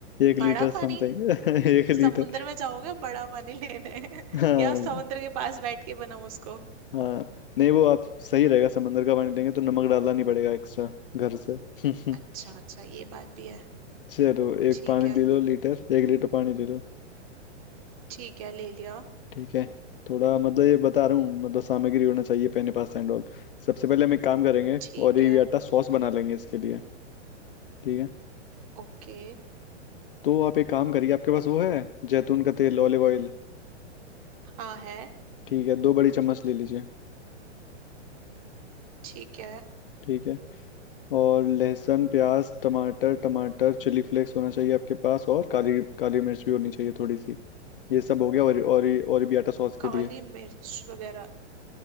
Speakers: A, on the left; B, on the right.
A: एक
B: बड़ा
A: लीटर समथिंग
B: पानी
A: <laughs> एक लीटर
B: समुद्र में जाओगे बड़ा पानी लेने <laughs>
A: <laughs> हाँ
B: या समुद्र के पास बैठ के बनाओ उसको
A: हाँ नहीं वो आप सही रहेगा समंदर का पानी लेंगे तो नमक डालना नहीं पड़ेगा एक्स्ट्रा घर से <laughs>
B: अच्छा अच्छा ये बात भी है
A: चलो एक
B: ठीक
A: पानी
B: है
A: ले लो लीटर एक लीटर पानी ले लो
B: ठीक है ले लिया
A: ठीक है थोड़ा मतलब ये बता रहा हूँ मतलब सामग्री होना चाहिए पेन पास्ता एंड ऑल सबसे पहले हम एक काम करेंगे
B: ठीक
A: और ये
B: है
A: आटा सॉस बना लेंगे इसके लिए ठीक है
B: ओके
A: तो आप एक काम करिए आपके पास वो है जैतून का तेल ऑलिव ऑयल
B: हाँ है
A: ठीक है दो बड़ी चम्मच ले लीजिए
B: ठीक है
A: ठीक है और लहसुन प्याज टमाटर टमाटर चिली फ्लेक्स होना चाहिए आपके पास और काली काली मिर्च भी होनी चाहिए थोड़ी सी ये सब हो गया और और ओरिबियाटा सॉस के
B: काली
A: लिए
B: मिर्च वगैरह